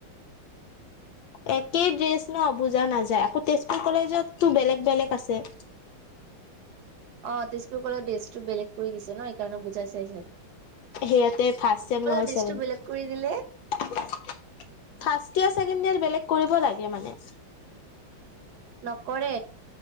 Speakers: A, on the left; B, on the right.
A: একেই ড্ৰেছ ন' বুজা নাযায় আকৌ তেজপুৰ কলেজতো বেলেগ -বেলেগ আছে। <inaudible>
B: অহ, তেজপুৰকলেজৰ ড্ৰেছ টো বেলেগ কৰি দিছে ন এইকাৰণে বুজাই চাইচে।
A: সেয়াতে ফাৰ্ষ্ট চেম নহয়
B: ড্ৰেছটো
A: চেভেন
B: বেলেগ
A: ফাষ্ট
B: কৰি দিলে
A: ইয়াৰ ছেকেণ্ড ইয়াৰ বেলেগ কৰিব লাগে মানে
B: নকৰে